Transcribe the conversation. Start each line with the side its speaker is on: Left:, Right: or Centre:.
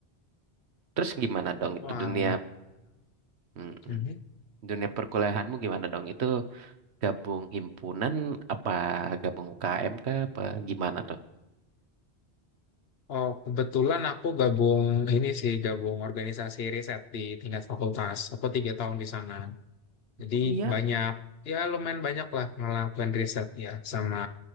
Right: Terus gimana dong itu
Left: Wah.
Right: dunia Mm-mm.
Left: Mhm.
Right: Dunia perkuliahanmu gimana dong? Itu gabung himpunan apa gabung UKM kah apa gimana tuh?
Left: Oh, kebetulan aku gabung ini sih, gabung organisasi riset di tingkat fakultas. Aku tiga tahun di sana. Jadi
Right: Oh iya.
Left: banyak, ya lumayan banyak lah ngelakuin riset ya sama